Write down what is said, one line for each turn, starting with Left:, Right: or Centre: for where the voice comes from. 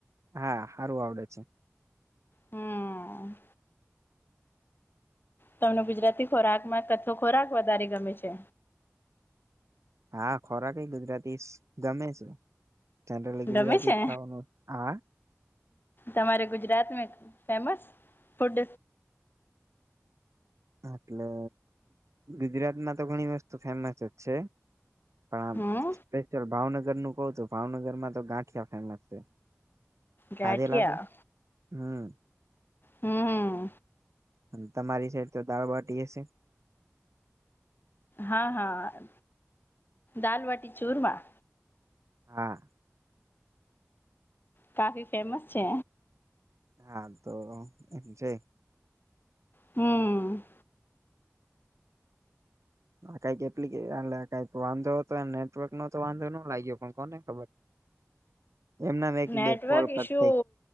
Right: હા સારું આવડે છે
Left: હમ તમને ગુજરાતી ખોરાકમાં કથો ખોરાક વધારે ગમે છે
Right: હા ખોરાકય ગુજરાતી ગમે છે જનરલી
Left: ગમે
Right: ગુજરાતી
Left: છે
Right: જ ખવાનું હા
Left: તમારે ગુજરાત મે ફેમસ ફૂડ
Right: એટલે ગુજરાતમાં તો ઘણી વસ્તુ ફેમસ જ છે પણ આમ
Left: હમ
Right: સ્પેશિયલ ભાવનગર ન કવ તું ભાવનગર માં તો ગાંઠિયા ફેમસ છે
Left: ગાઠિયા
Right: કદે લાગ હમ
Left: હમ
Right: અને તમારી સાઈડ તો દાળબાટી હશે
Left: હા હા દાલ વાટી ચૂરમાં
Right: હા
Left: કાફી ફેમસ છે
Right: હા તો એમ છે
Left: હમ
Right: કઈક એપ્લિક કક વાંધો હતો નેટવર્ક નો તો વાંધો ન લાગ્યો પણ કોને ખબર એમના એક
Left: નેટવર્ક
Right: બે કોલ કટ
Left: ઇશુ
Right: થઈ